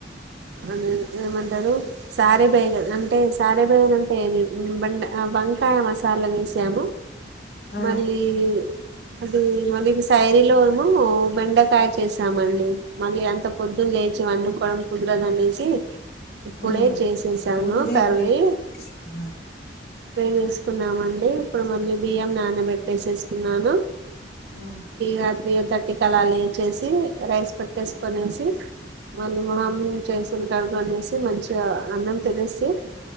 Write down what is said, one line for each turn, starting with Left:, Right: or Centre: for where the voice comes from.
Right: అద ఏమంటారు సారే బేగన్ అంటే సారే బేగన్ అంటే ఏది బంట వంకాయ మసాలా వేసాము
Left: ఆ
Right: మళ్ళీ అదే మ శైరీలోమో బెండకాయ చేసామండి మళ్ళీ అంత పొద్దున్న లేచి వండుకోవడం కుదు నేసి ఇప్పుడే
Left: ఆ
Right: చేసేసాను
Left: ముందే
Right: కర్రడు
Left: ప్రిపేర్ చేసుకున్నారా
Right: చేసుకున్నామండి ఇప్పుడు మళ్ళీ బియ్యం నానబెట్టేసేసుకున్నాను
Left: ఆ
Right: రాత్రి తట్టి కలాలిచ్చేసి రైస్ పెట్టేసుకనేసి మళ్ాలు మహమ్
Left: హ్మ్.
Right: చేైసలు క అనేసి మంచిగా అన్నం తెలిసి